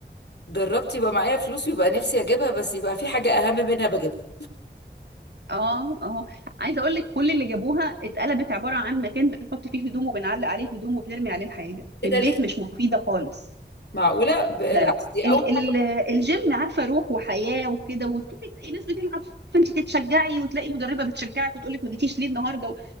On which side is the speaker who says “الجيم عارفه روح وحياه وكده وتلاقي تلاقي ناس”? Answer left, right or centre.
Right